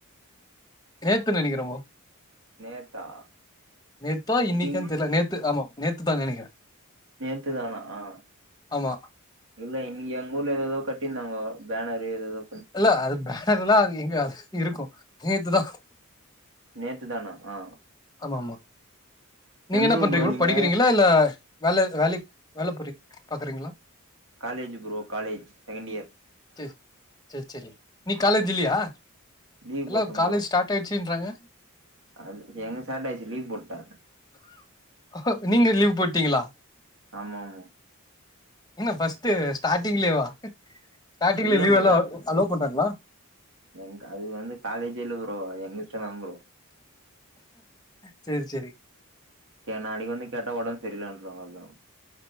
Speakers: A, on the left; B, on the right.
A: நேத்துன் நினைக்கிறொ ப்ரோ
B: நேத்தா
A: நேத்தா இன்னைிக்கன்
B: இன்னி
A: தெரில நேத்து ஆமா நேத்துதா நினைக்கிறே
B: நேத்து தானா ஆ
A: ஆமா
B: இல்ல இங் எங்க ஊர்ல எதோ எதோ கட்டிர்ந்தாங்க பேனர்ரு எது எதோ
A: இல்ல அது பேனர் எல்லா எங்க அது இருக்கு நேத்துதா
B: நேத்து தானா ஆ
A: ஆமா ஆமா நீங்க
B: எந்த
A: என்ன
B: ஊர்
A: பண்றீங்
B: ப்ரோ
A: உ
B: நீங்க
A: படிக்கிறீங்களா இல்ல வேல வேலைக் வேல பொரி பாக்குறீங்களா
B: college bro college second year
A: சேர் சேர் செரி நீ காலேஜ் இல்லையா
B: லீவ்
A: எல்லா
B: போட்டே ப்ரோ
A: காலேஜ் ஸ்டார்ட் டாய்ச்சுன்றாங்க
B: அது எங்க ஸ்டார்ட் ஆச்சு லீவ் போட்டே
A: ஓ நீங்க லீவ் போட்டீங்களா
B: ஆமா ஆமா
A: என்ன ஃர்ஸ்ட்டு ஸ்டார்டிங்லியேவா ஸ்டார்ட்டிங்ல
B: இல்ல
A: லீவ்வல்லா
B: ப்ரோ
A: அலோவ் பண்றாங்களா
B: எங்க அது வந்து காலேஜ்ஜே இல்ல ப்ரோ எங்கிஸ்டந்தா ப்ரோ
A: செரி செரி
B: கே நாளைக்கு வந்து கேட்டா உடம்பு சரியலான்றுவோ அவ்ள்தா